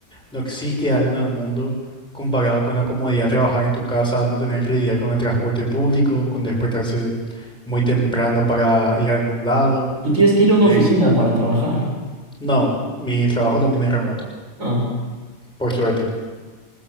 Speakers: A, in the centre; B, on the right (about 55°).
A: no existe algo en el mundo comparado con la comodidad de trabajar en tu casa, no tener que lidiar con el transporte público, con despertarse muy temprano para ir a algún lado.
B: Tú tienes que ir a una
A: tener-
B: oficina para trabajar.
A: No, mi trabajo también es remoto.
B: Ah.
A: Por suerte,